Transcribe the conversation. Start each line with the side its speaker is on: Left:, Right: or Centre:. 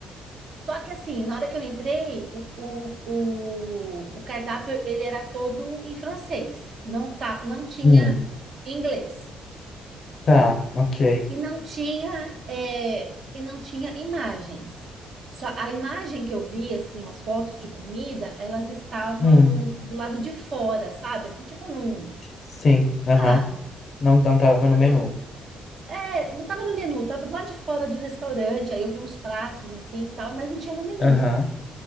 Right: só que assim, na hora que eu entrei, o, o, o, o cardápio ele era todo em francês, não, tá, não tinha
Left: Hum.
Right: inglês
Left: Tá, ok.
Right: e não tinha é, e não tinha imagens. Só a imagem que eu vi, assim, as fotos de comida, elas estavam
Left: Hum.
Right: do lado de fora, sabe? Assim, tipo num.
Left: Sim, aham.
Right: Ah,
Left: Não, não tava
Right: quando.
Left: no menu.
Right: é, não estava no menu, estava do lado de fora do restaurante, aí eu vi uns pratos assim e tal, mas não tinha no menu.
Left: Aham,